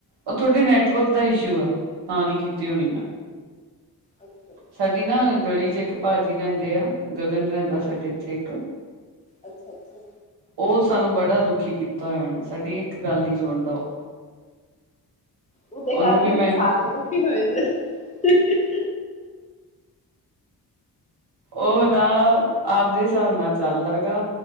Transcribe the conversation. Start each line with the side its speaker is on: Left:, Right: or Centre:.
Right: ਉਹ ਤੁਹਾਡੇ ਨੈਟਵਰਕ ਦਾ ਇਸ਼ੂ ਆ। ਤਾਂ ਨਹੀਂ ਕੀਤੀ ਹੋਣੀ ਮੈਂ।
Left: ਅੱਛਾ ਅੱਛਾ
Right: ਸਾਡੀ ਨਾ ਗਲੀ ਚ ਇੱਕ ਭਾਜੀ ਰਹਿੰਦੇ ਆ। ਗਗਨ ਰਹਿੰਦਾ
Left: ਹਮ
Right: ਸਾਡੇ
Left: ਹਮ
Right: ਇੱਥੇ ਇੱਕ
Left: ਅੱਛਾ ਅੱਛਾ
Right: ਉਸ ਸਾਨੂੰ ਬੜਾ ਦੁਖੀ ਕੀਤਾ ਹੋਇਆ ਉਹਨੇ। ਸਾਡੀ ਇੱਕ ਗੱਲ ਨੀ ਸੁਣਦਾ ਉਹ।
Left: ਉਹਦੇ
Right: ਉਹਨੂੰ
Left: ਕਰਕੇ
Right: ਵੀ ਮੈਂ
Left: ਸਾਲ ਦੁਖੀ ਹੋਏ ਨੇ। <unintelligible>
Right: ਉਹ ਨਾ ਆਪਦੇ ਹਿਸਾਬ ਨਾਲ ਚੱਲਦਾ ਹੈਗਾ।